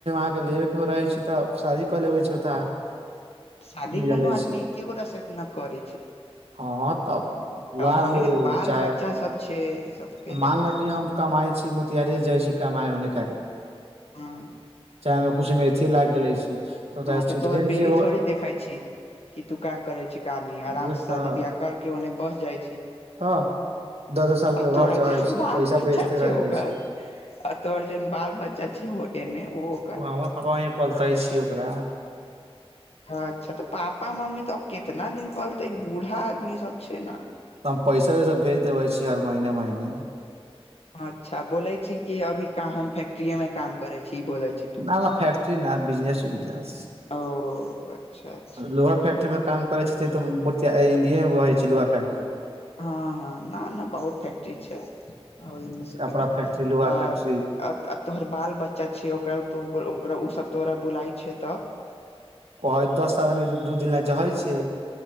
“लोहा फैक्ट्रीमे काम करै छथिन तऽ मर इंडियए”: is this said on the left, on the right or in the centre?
Right